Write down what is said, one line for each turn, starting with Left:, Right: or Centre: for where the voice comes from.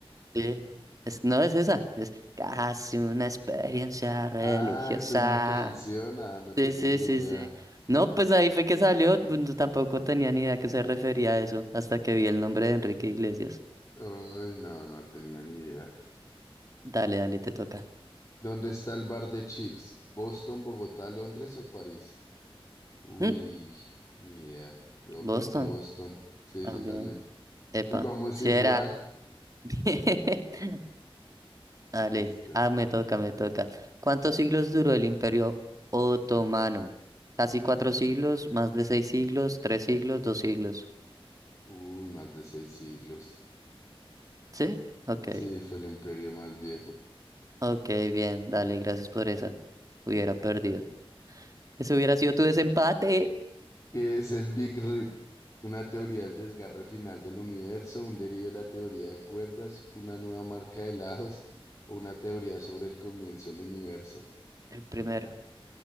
Right: Sí, es- no es esa, es casi una experiencia religiosa.
Left: Ah, es una canción. Ah, no tenía
Right: Sí, sí,
Left: ni
Right: sí,
Left: idea.
Right: sí. No, pues ahí fue que salió, pues, no- tampoco tenía ni idea a qué se refería a eso, hasta que vi el nombre de Enrique Iglesias.
Left: Uy, no, no tenía ni idea.
Right: Dale, dale, te toca.
Left: ¿Dónde está el bar de Cheers? ¿Boston, Bogotá, Londres o París? Uy,
Right: Mm,
Left: ni idea. Yo
Right: Boston,
Left: coloqué Boston. Sí,
Right: también.
Left: yo también.
Right: Epa,
Left: Uy, vamos
Right: si
Left: igual.
Right: era. <laughs> Dale,
Left: Listo.
Right: ah, me toca, me toca. ¿Cuántos siglos duró el Imperio Otomano? Casi cuatro siglos, más de seis siglos, tres siglos, dos siglos.
Left: Uy, más de seis siglos.
Right: ¿Sí? Ok.
Left: Sí, fue el imperio más viejo.
Right: Ok, bien, dale, gracias por esa. Hubiera perdido. Ese hubiera sido tu desempate.
Left: ¿Qué es el Big Rip? Una teoría del desgarre final del universo, un derive de la teoría de cuerdas, una nueva marca de lados o una teoría sobre el comienzo del universo.
Right: El primero.